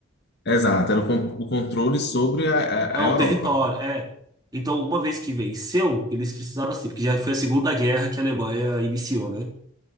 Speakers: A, on the left (about 50°); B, on the right (about 20°).
A: Exato, era o, con- o controle sobre a,
B: é
A: a,
B: o
A: a Europa.
B: território, é. Então, uma vez que venceu, eles precisavam assim, porque já foi a Segunda Guerra que a Alemanha iniciou, né?